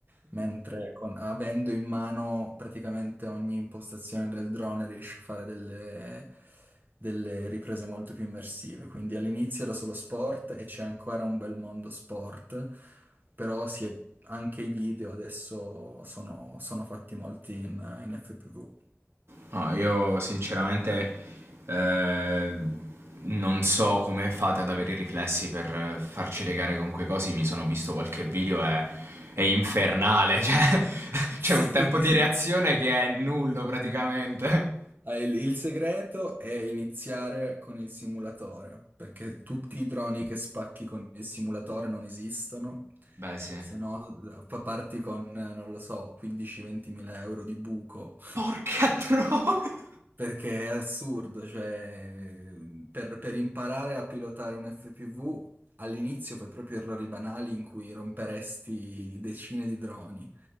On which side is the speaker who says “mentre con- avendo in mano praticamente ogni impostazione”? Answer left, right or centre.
Right